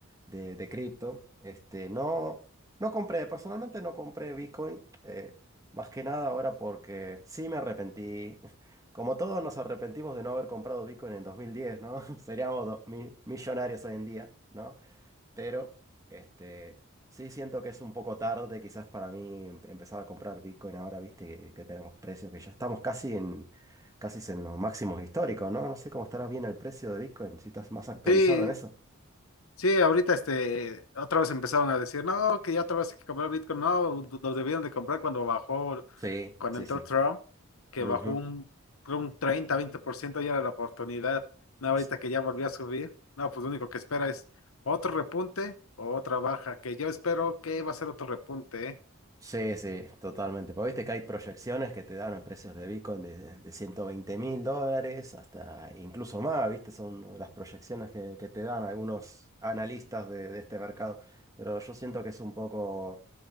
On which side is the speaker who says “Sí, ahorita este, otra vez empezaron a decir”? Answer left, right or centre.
Left